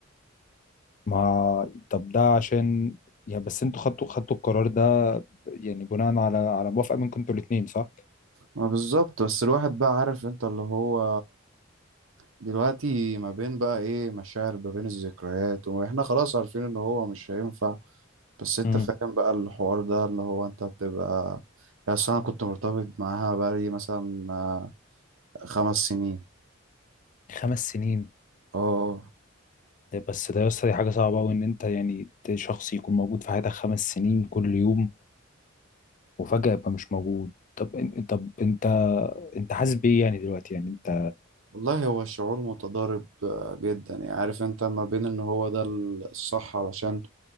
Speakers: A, on the left; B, on the right.
A: ما طب ده عشان يعني بس انتوا خدتوا خدتوا القرار ده يعني بناء على على موافقة منكم انتوا الاتنين صح؟
B: ما بالظبط بس الواحد بقى عارف انت اللي هو دلوقتي ما بين بقى ايه مشاعر ما بين الذكريات واحنا خلاص عارفين ان هو مش هينفع بس انت
A: امم
B: فاهم بقى الحوار ده اللي هو انت بتبقى يعني أصل انا كنت مرتبط معاها بقالي مثلا آه، خمس سنين
A: خمس سنين
B: اه
A: ده بس ده يا اسطى دي حاجة صعبة أوي إن أنت يعني ت- شخص يكون موجود في حياتك خمس سنين كل يوم وفجأة يبقى مش موجود طب إن- طب انت انت حاسس بايه يعني دلوقتي يعني انت
B: والله هو شعور متضارب آه، جدا يعني عارف انت ما بين ان هو ده الصح علشان